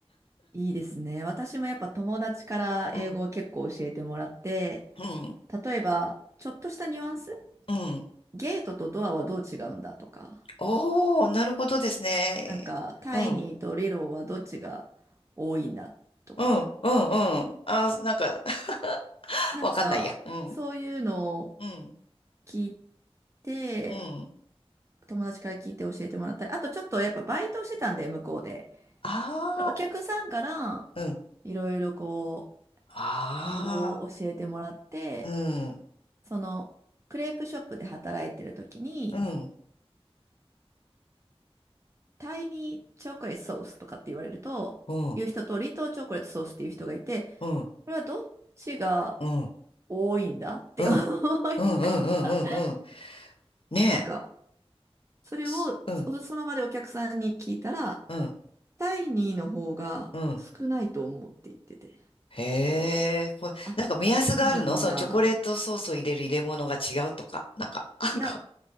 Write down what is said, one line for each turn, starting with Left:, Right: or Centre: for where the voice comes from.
Right: いいですね。私もやっぱ友達から英語を結構教えてもらって、
Left: うん。うん。
Right: 例えば、ちょっとしたニュアンス
Left: うん。
Right: ゲートとドアはどう違うんだとか、
Left: おー、なるほどですね。
Right: なんか、タイニーとリローはどっちが
Left: うん。
Right: 多いんだとか、
Left: うん。うん。うん。あー、なんか <laughs>、
Right: なんか、
Left: わかんないや。うん。
Right: そういうのを
Left: うん。
Right: 聞いて、
Left: うん。
Right: 友達から聞いて教えてもらったり、あとちょっとやっぱバイトをしてたんで、向こうで。
Left: あ
Right: お客さんから
Left: あ、うん
Right: いろいろこ
Left: あ
Right: う、英語を教えてもらって、
Left: あ、うん、
Right: そのクレープショップで働いてる時に、
Left: うん、
Right: タイニーチョコレートソースとかって言われると、
Left: うん、
Right: いう人とリトーチョコレートソースっていう人がいて、
Left: うん、
Right: これはどっちが
Left: うん、うん、
Right: 多いんだって思
Left: うん、うん、
Right: いながら、
Left: うん、うん、うんねえ。
Right: なんか、それをそその場でお客さんに聞いたら、
Left: すうん、うん、
Right: タイニーの方が少ないと思うって言ってて、
Left: うん。へえ、これ、
Right: あ、
Left: なんか目安があるのそのチョコレートソースを入れる入れ物が違うとか、
Right: そうなんだ。
Left: なんか、<laughs> なんか、
Right: いや、